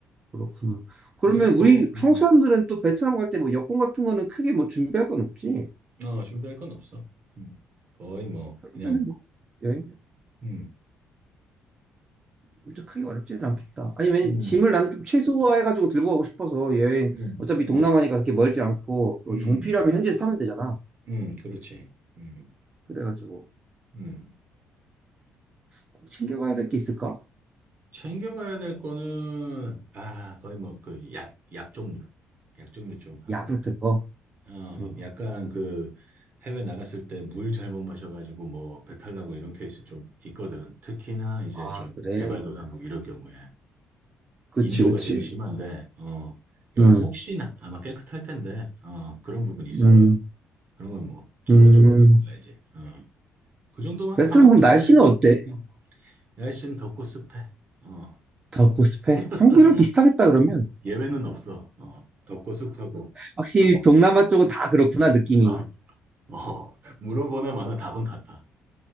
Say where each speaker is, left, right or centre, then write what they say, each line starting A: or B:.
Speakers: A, on the right; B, on the right.
A: 그렇구나. 그러면
B: 이제 거,
A: 우리
B: 음,
A: 한국 사람들은 또 베트남 갈 때 뭐 여권 같은 거는 크게 뭐 준비할 건 없지?
B: 어, 준비할 건 없어. 음, 거의 뭐,
A: 그러면은
B: 그냥,
A: 뭐 여행
B: 음,
A: 진짜 크게 어렵지는 않겠다. 아니, 왜냐면
B: 음,
A: 짐을 나는 좀 최소화해가지고 들고 가고 싶어서 여행
B: 음,
A: 어차피
B: 음, 음,
A: 동남아니까 그렇게 멀지 않고 또
B: 음,
A: 정필요하면
B: 음,
A: 현지에서 사면 되잖아.
B: 음, 그렇지. 음,
A: 그래가지고
B: 음.
A: 꼭 챙겨가야 될 게 있을까?
B: 챙겨가야 될 거는, 아, 거의 뭐, 그, 약, 약 종류. 약 종류 좀 하고,
A: 약 같은 거.
B: 어,
A: 음.
B: 약간 그 해외 나갔을 때 물 잘못 마셔가지고 뭐 배탈 나고 이런 케이스 좀 있거든. 특히나 이제
A: 아,
B: 좀
A: 그래.
B: 개발도상국 이럴 경우에.
A: 그치,
B: 인도가
A: 그치.
B: 제일 심한데, 어, 여기
A: 음,
B: 혹시나 아마 깨끗할 텐데, 어, 그런 부분이 있을까.
A: 음,
B: 그런 건 뭐 기본적으로
A: 음.
B: 갖고 가야지. 어, 그 정도만
A: 베트남
B: 하면
A: 그럼
B: 될
A: 날씨는
B: 것 같은데.
A: 어때?
B: 응. 날씨는 덥고 습해. 어,
A: 다 없고 습해?
B: <laughs>
A: 한국이랑 비슷하겠다 그러면
B: 예외는 없어. 어, 덥고 습하고.
A: 확실히
B: 어,
A: 동남아 쪽은 다 그렇구나 느낌이.
B: 어, 어, 물어보나 마나 답은 같아.